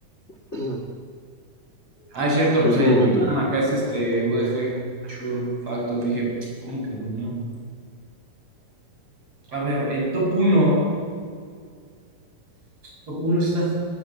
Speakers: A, on the left; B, on the right.
A: <clears throat>
B: Ah, es cierto,
A: Ahí
B: pues
A: sí
B: allá
A: no
B: en
A: me enteré.
B: Tama, acá es este UDG, True Factos. Dije, ¿cómo que de la UNAM? A ver, el top uno, Top uno está